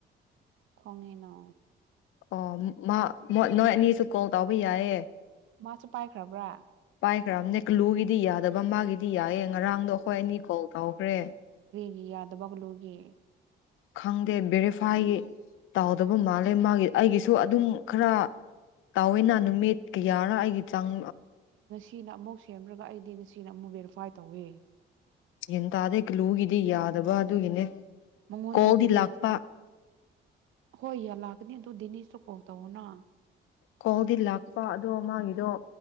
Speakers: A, on the right; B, on the left.
A: ꯈꯣꯡꯉꯅ
B: ꯑꯣ ꯃꯥ ꯅꯣꯏ ꯑꯅꯤꯁꯨ ꯀꯣꯜ ꯇꯧꯕ ꯌꯥꯏꯌꯦꯦ
A: ꯃꯥꯁꯨ ꯄꯥꯏꯈ꯭ꯔꯕ꯭ꯔꯥ
B: ꯄꯥꯏꯈ꯭ꯔꯕ ꯅ ꯀ꯭ꯂ꯭ꯂꯨꯒꯤꯗꯤ ꯌꯥꯗꯕ ꯃꯥꯒꯤꯗꯤ ꯌꯥꯏ ꯉꯔꯥꯡꯗꯣ ꯑꯩꯈꯣꯏ ꯑꯅꯤ ꯀꯣꯜ ꯇꯧꯈ꯭ꯔꯦ
A: ꯌꯥꯗꯕꯒꯂꯣꯦ
B: ꯈꯪꯗꯦ ꯕꯦꯔꯤꯐꯥꯏ ꯇꯧꯗꯕ ꯃꯥꯜꯂꯦ ꯑꯗꯩ ꯃꯥꯒꯤ ꯑꯩꯒꯤꯁꯨ ꯑꯗꯨꯝ ꯈꯔ ꯇꯑꯣꯏꯅꯅ ꯅꯨꯃꯤꯠ ꯀ ꯌꯥꯔꯥ ꯑꯩꯒꯤ ꯆꯥꯡ
A: ꯁꯤꯅ ꯑꯃꯨꯛ ꯁꯦꯝꯔꯒ ꯑꯩꯗꯤ ꯉꯁꯤꯅ ꯑꯃꯨꯛ ꯕꯦꯔꯤꯐꯥꯏ ꯇꯧꯋꯦ
B: ꯌꯦꯟꯇꯥꯥꯗꯦ ꯀꯂꯨꯒꯤꯗꯤ ꯌꯥꯗꯕ ꯑꯗꯨꯒꯤꯅꯦ
A: ꯃꯉꯣꯟꯗ
B: ꯀꯣꯜꯗꯤ
A: ꯑꯃꯨꯛ
B: ꯂꯥꯛꯄ
A: ꯇꯦꯛꯁ ꯊꯥ ꯍꯣꯏ ꯌꯥ ꯂꯥꯛꯀꯅꯤ ꯅꯤꯁꯨꯇꯥꯕꯅ
B: ꯀꯧꯗꯤꯜ ꯂꯥꯛꯄ ꯑꯗꯨꯗꯣ ꯃꯥꯒꯤꯗꯣ